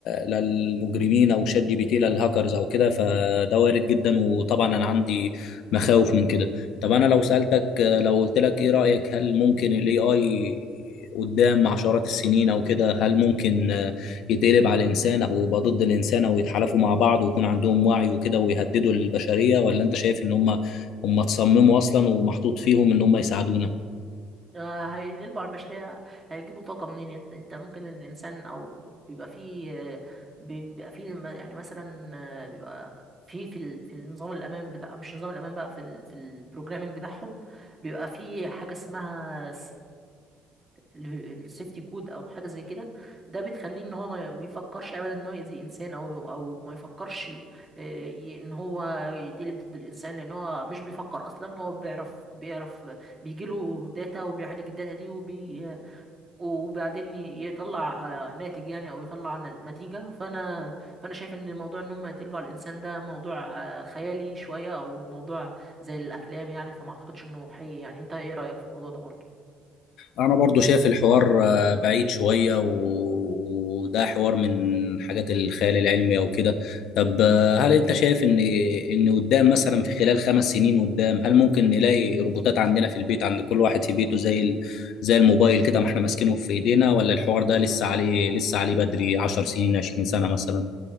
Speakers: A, on the left (about 70°); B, on the right (about 30°).
A: للمجرمين او شات جي بي تي للهاكرز او كده فده وارد جدا وطبعا انا عندي مخاوف من كده طب انا لو سالتك لو قلت لك ايه رايك هل ممكن الاي اي قدام عشرات السنين او كده هل ممكن يتقلب على الانسان او يبقى ضد الانسان او يتحالفوا مع بعض ويكون عندهم وعي وكده ويهددوا البشريه ولا انت شايف ان هم هم تصمموا اصلا ومحطوط فيهم ان هم يساعدونا
B: آه، هينقلبوا على البشرية هيجيبوا طاقة منين انت انت ممكن الإنسان أو بيبقى فيه آه، بيبقى فيه م- يعني مثلا آه، بيبقى في في ال- في النظام الأمان بتاع مش نظام الأمان بقى في ال في البروجرامينج بتاعهم بيبقى في حاجة اسمها السيفتي كود أو حاجة زي كده ده بتخليه إن هو ما ما يفكرش أبدا إن هو يأذي إنسان أو أو ما يفكرش آه، ي- إن هو يتقلب ضد الإنسان لأن هو مش بيفكر أصلا هو بيعرف بيعرف بيجيله داتا وبيعالج الداتا دي وبي... وبعدين ي- يطلع آه، ناتج يعني او يطلع ن- نتيجة فانا فانا شايف ان موضوع ان هم يتقلبوا على الانسان ده موضوع آه، خيالي شوية او موضوع زي الافلام يعني فما اعتقدش انه حقيقي يعني انت ايه رأيك في الموضوع ده برضه
A: انا برضو شايف الحوار آه، بعيد شوية و- وده حوار من حاجات الخيال العلمي او كده طب آه، هل انت شايف ان ان قدام مثلا في خلال خمس سنين قدام هل ممكن نلاقي روبوتات عندنا في البيت عند كل واحد في بيته زي ال... زي الموبايل كده ما احنا ماسكينه في ايدينا ولا الحوار ده لسه عليه لسه عليه بدري 10 سنين 20 سنة مثلا